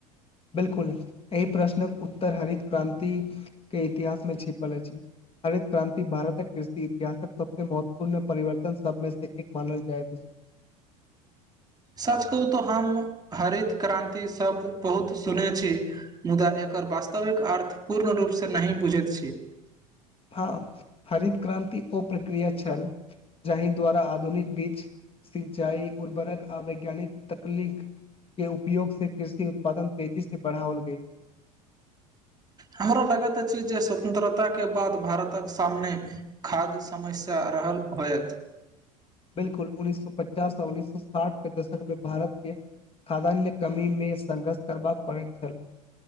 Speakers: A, on the left (about 30°); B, on the right (about 20°).
A: 'बिलकुल' एहि प्रश्नक उत्तर हरित क्रान्तिक के इतिहास में छिपल अछि। हरित क्रान्ति, भारतक कृषि इतिहासक सबसे महत्वपूर्ण परिवर्तन सबमे से एक मानल जाय। <inaudible>
B: सच कहू तऽ हम हरित क्रान्ति शब्द बहुत सुने छी। मुदा एक एकर वास्तविक अर्थ पूर्ण रूप से नहि बुझैत छी।
A: <inaudible> हाँ, हरित क्रान्ति ओ प्रक्रिया छल, जाहि द्वारा आधुनिक बीच सिंचाई, उर्वरक, आ वैज्ञानिक तकलीक के उपयोग से, कृषि उत्पादन, तेजी से बढाउल गेल।
B: हमरा लागत अछि जे, स्वतंत्रता के बाद भारतक सामने, खाद्य समस्या रहल। होयत।
A: 'बिलकुल' उन्नीस सौ पचास, आ उन्नस सौ साठ के दशक मे, भारत के खाद्यान्य कमीमे, संघर्ष करबा पड़ैत छल।